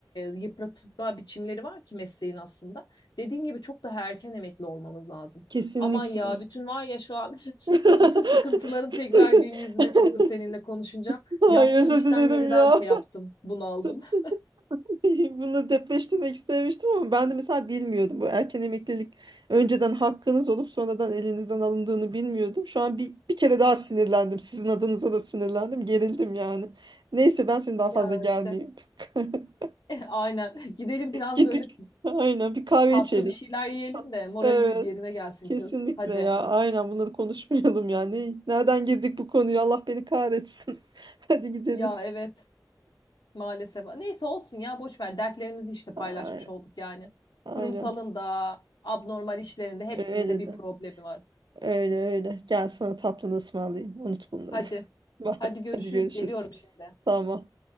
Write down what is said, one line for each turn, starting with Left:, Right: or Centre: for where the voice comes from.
Left: yıpratma biçimleri var ki mesleğin aslında. Dediğin gibi çok daha erken emekli olmamız lazım.
Right: kesinlikle.
Left: Aman ya bütün var ya şu an <laughs>
Right: <laughs>
Left: bütün sıkıntıların tekrar gün yüzüne çıktı seninle konuşunca.
Right: Ay
Left: Yaptığım
Right: özür
Left: işten
Right: dilerim
Left: yeniden
Right: ya.
Left: şey yaptım, bunaldım.
Right: <laughs>
Left: <laughs>
Right: Bunu depreştirmek istemiştim ama ben de mesela bilmiyordum. Bu erken emeklilik önceden hakkınız olup sonradan elinizden alındığını bilmiyordum. Şu an bir, bir kere daha sinirlendim. Sizin adınıza da sinirlendim. Gerildim yani. Neyse ben seni daha fazla
Left: Ya
Right: gelmeyeyim.
Left: işte
Right: <laughs>
Left: <laughs> aynen gidelim biraz
Right: Git
Left: böyle
Right: bir, aynen bir kahve
Left: Tatlı
Right: içelim.
Left: bir şeyler yiyelim de moralimiz
Right: Evet.
Left: yerine gelsin
Right: Kesinlikle
Left: kız. Hadi.
Right: ya. Aynen bunları konuşmayalım yani. Nereden girdik bu konuya? Allah beni kahretsin. <laughs> Hadi gidelim.
Left: Ya evet maalesef. Neyse olsun ya boş ver. Dertlerimizi işte paylaşmış
Right: Ay-
Left: olduk yani.
Right: Aynen.
Left: Kurumsalın da abnormal işlerinde hepsinin
Right: Öyle
Left: de bir
Right: de.
Left: problemi var.
Right: Öyle öyle. Gel sana tatlını ısmarlayayım. Unut bunları.
Left: Hadi.
Right: <laughs> Bye.
Left: Hadi görüşürüz.
Right: Hadi görüşürüz.
Left: Geliyorum şimdi.
Right: Tamam.